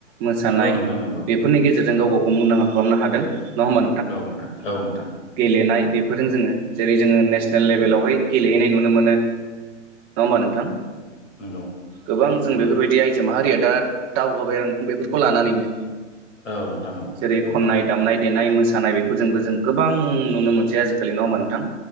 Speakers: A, on the right; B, on the left.
A: मोसानाय
B: नंगौ नोंथां नंगौ
A: बेफोरनि गेजेर जों गाव गावखौ मुंदांखा खालामनो हादों। नङा होमबा
B: औ नोंथां औ नोंथां।
A: गेलेनाय
B: नंगौ
A: बेफोरजों जोङो जेरै जोङो नेसनेल लेभेलावहाय गेलेहैनाय नुनो मोनो। नङा होमबा नोंथां
B: नंगौ
A: गोबां जों
B: नंगौ
A: बेफोरबायदि
B: नोंथां
A: आइजो माहारिया दा दावगाबाय आरो नोंथां बेफोरखौ लानानैनो
B: औ नोंथां औ
A: जेरै
B: नंगौ
A: खननाय दामनाय देनाय मोसा सानाय बेफोरजोंबो जों गोबां नुनो मोनसै आजिखालि नङा होमबा नोंथां।